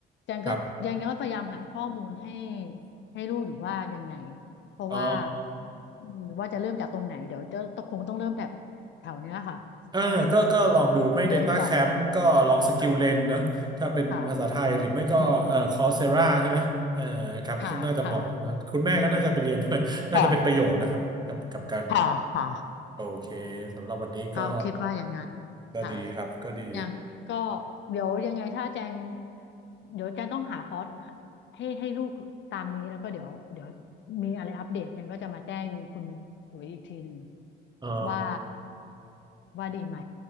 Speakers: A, on the left (about 65°); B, on the right (about 20°).
A: แจงก็แจงก็พยายามหาข้อมูลให้
B: ครับ
A: ให้ลูกอยู่ว่ายังไงเพราะว่า
B: อ๋อ
A: อืมว่าจะเริ่มจากตรงไหนเดี๋ยวจะต้องคงต้องเริ่มจากแถวเนี้ยค่ะเออ
B: อ่าก็ก็ลองดูไม่
A: ดูเลนก่อน
B: Data Camp ก็ลองสกิลเลนเนอะถ้าเป็นภาษาไทยหรือไม่ก็เอ่อคอร์เซราใช่ไหมเอ่อครับน่าจะเหมาะนะคุณแม่ก็น่าจะไปเรียนด้วย
A: ค่ะค่ะอืมค่ะค่ะ
B: <laughs> น่าจะเป็นประโยชน์นะครับ
A: ค่ะ
B: กับกับการ
A: ค่ะค่ะ
B: โอเค สำหรับวันนี้ก็
A: ก็คิดว่าอย่างนั้น
B: ก็ดีครับก็ดี
A: ค่ะอย่างก็เดี๋ยวยังไงถ้าแจงเดี๋ยวแจงต้องหาคอร์สให้ให้ลูกตามนี้แล้วก็เดี๋ยวเดี๋ยวมีอะไรอัปเดตแจงก็จะมาแจ้งคุณหลุยอีกทีหนึ่ง
B: อ๋อ
A: ว่าว่าดีไหม